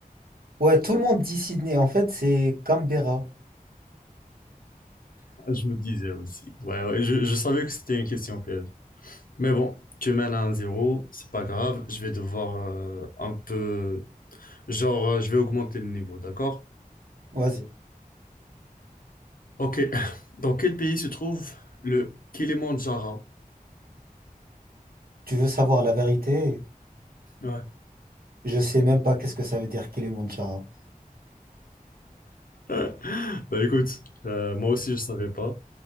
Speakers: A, on the right; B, on the left.
A: Ouais, tout le monde dit Sydney, en fait, c'est Canberra.
B: Ah, Je me disais aussi. Ouais, ouais, je, je savais que c'était une question piège. Mais bon, tu mènes à 1-0, c'est pas grave, je vais devoir euh, un peu... Genre, euh, je vais augmenter le niveau, d'accord?
A: Vas-y.
B: Ok, <laughs> dans quel pays se trouve le Kilimandjaro?
A: Tu veux savoir la vérité?
B: Ouais.
A: Je sais même pas qu'est-ce que ça veut dire Kilimandjaro.
B: <laughs> Bah écoute, euh, moi aussi je savais pas,